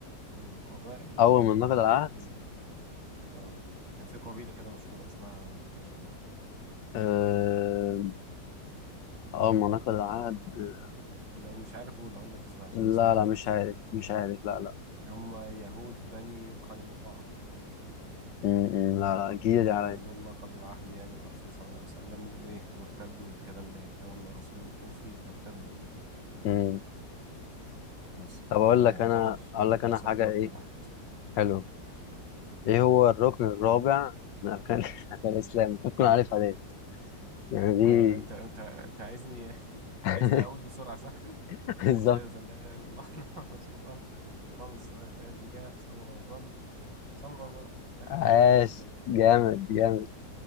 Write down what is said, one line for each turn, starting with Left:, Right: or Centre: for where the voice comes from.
Right: من القبائل
Left: أول
Right: اليهودية
Left: ما نقض العهد
Right: اه كان في قبيلة كده مشهورة اسمها مشهورة
Left: آه، أول ما نقض العهد آه،
Right: لو مش عارف أقول هقول لك اسمها عشان
Left: لا
Right: اسمها
Left: لا
Right: غريب
Left: مش
Right: شوية
Left: عارف مش عارف لا لا
Right: هم يهود بني قينقاع
Left: م- م، لا لا جديدة دي عليا
Right: هم دول نقضوا العهد يعني مع الرسول صلى الله عليه وسلم وإيه وارتدوا والكلام ده يعني أول ما الرسول توفي فارتدوا
Left: م.
Right: بس
Left: طب
Right: آه
Left: أقول لك
Right: يعتبر
Left: أنا أقول
Right: آه،
Left: لك
Right: بمثابة
Left: أنا حاجة
Right: نقض
Left: إيه
Right: العهد
Left: حلوة ايه هو الركن الرابع من اركان <laughs> اركان الاسلام المفروض تكون عارفها دي يعني دي
Right: آه، انت انت انت عايزني <laughs>
Left: <laughs>
Right: عايزني اقول بسرعه صح؟ <laughs>
Left: بالظبط
Right: يا شهادة أن لا إله إلا الله <laughs> محمد رسول الله إقام الصلاة إيتاء الزكاة صوم رمضان صوم رمضان آخر
Left: عاش
Right: حاجة حج البيت
Left: جامد جامد